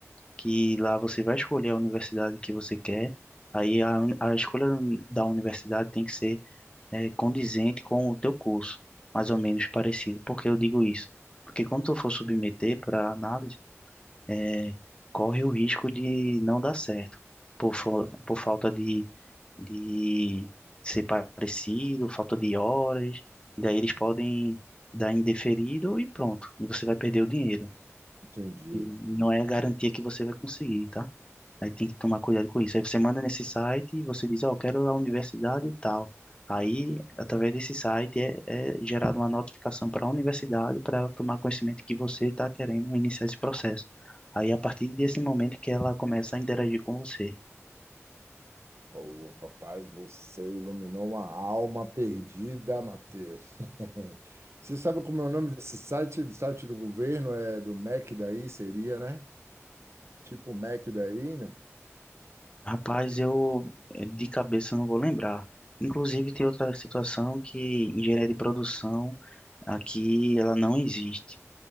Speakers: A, on the left; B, on the right.
A: que lá você vai escolher a universidade que você quer, aí a, a escolha da universidade tem que ser é, condizente com o teu curso, mais ou menos parecido. Por que eu digo isso? Porque quando tu for submeter para análise, é, corre o risco de não dar certo, por, fa- por falta de, de ser parecido, falta de horas, e daí eles podem dar indeferido e pronto, e você vai perder o dinheiro.
B: Entendi.
A: E não é a garantia que você vai conseguir, tá? Aí tem que tomar cuidado com isso. Aí você manda nesse site e você diz, ó, eu quero a universidade e tal. Aí, através desse site, é, é gerada uma notificação para a universidade para ela tomar conhecimento que você está querendo iniciar esse processo. Aí, a partir desse momento que ela começa a interagir com você.
B: Ô, rapaz, você iluminou uma alma perdida, Matheus. <laughs> Você sabe como é o nome desse site? Do site do governo é do MEC daí, seria, né? Tipo o MEC daí, né?
A: Rapaz, eu eh, de cabeça não vou lembrar. Inclusive, tem outra situação que engenharia de produção aqui ela não existe.